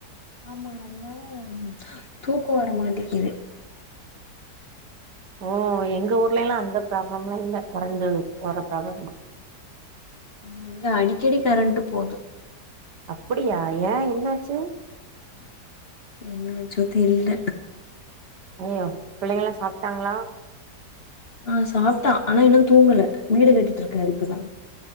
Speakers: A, on the left; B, on the right.
A: ஆமா அத்னால தூக்கு வர மாட்டேங்கிது
B: ஓ எங்க ஊர்ல எல்லா அந்த ப்ராப்ளம்லா இல்ல கரண்டு போர ப்ராப்ளம்லா
A: அமா இங்க அடிக்கடி கரண்ட்டு போது
B: அப்புடியா ஏ என்னாச்சு
A: என்னாச்சோ தெரிய்ல
B: ஐயோ பிள்ளைங்கல்லா சாப்ட்டாங்ளா
A: ஆ சாப்ட்டா ஆனா இன்னு தூங்கல வீடு கட்டிட்டு இருக்காரு இப்ப தா